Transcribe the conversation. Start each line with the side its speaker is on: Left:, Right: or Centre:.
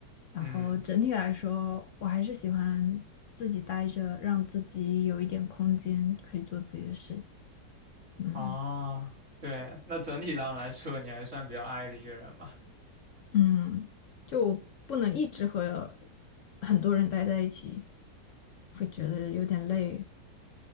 Left: 然后整体来说，
Right: 嗯，
Left: 我还是喜欢自己待着，让自己有一点空间可以做自己的事，嗯。
Right: 啊，对，那整体上来说，你还算比较 I 的一个人嘛。
Left: 嗯，就不能一直和很多人待在一起，会觉得有点累。